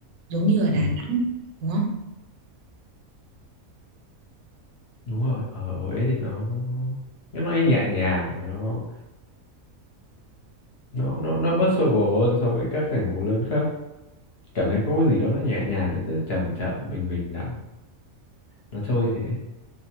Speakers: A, on the right; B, on the left.
A: giống như ở Đà
B: Ừ,
A: Nẵng đúng không
B: đúng rồi ở Huế thì nó nó nói nhẹ nhàng mà nó nó nó nó bớt xô bồ hơn so với các thành phố lớn khác cảm thấy có cái gì đó nó nhẹ nhàng nó cứ chậm chậm bình bình lặng nó trôi thế